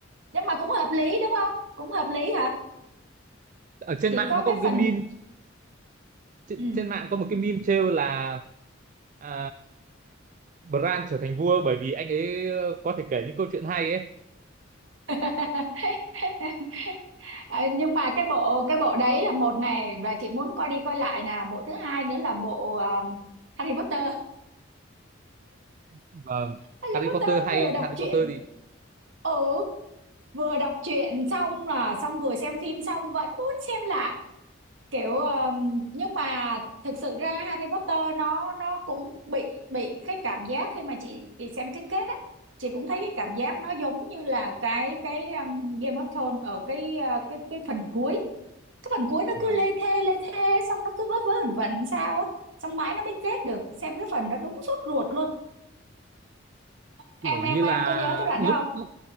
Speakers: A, on the right; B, on the right.
A: nhưng mà cũng hợp lý đúng không? Cũng hợp lý hả?
B: ở trên
A: Chỉ
B: mạng
A: có
B: nó
A: cái
B: có một cái
A: phần
B: meme trên,
A: ừ.
B: trên mạng có một cái meme trêu là à, Bran trở thành vua bởi vì anh ấy có thể kể những câu chuyện hay ấy
A: <laughs> Ờ, nhưng mà cái bộ cái bộ đấy là một này và chị muốn coi đi coi lại nè, bộ thứ hai nữa là bộ à, Harry Potter.
B: vâng
A: Harry
B: Harry
A: Potter
B: Potter hay
A: vừa đọc
B: Harry
A: truyện
B: Potter thì
A: ừ vừa đọc truyện xong là xong vừa xem phim xong vẫn muốn xem lại kiểu ờm, nhưng mà thực sự ra Harry Potter nó nó cũng bị bị cái cảm giác khi mà chị chị xem cái kết á chị cũng thấy cái cảm giác nó giống như là cái cái ờm, Game of Thrones ở cái ờ, cái cái phần cuối cái phần cuối nó
B: vâng
A: cứ lê thê lê thê xong nó cứ vớ vớ vẩn vẩn sao á xong mãi nó mới kết được xem cái phần đó đúng sốt ruột luôn em
B: kiểu
A: em
B: như là
A: em có nhớ cái đoạn
B: lúc
A: đó
B: lúc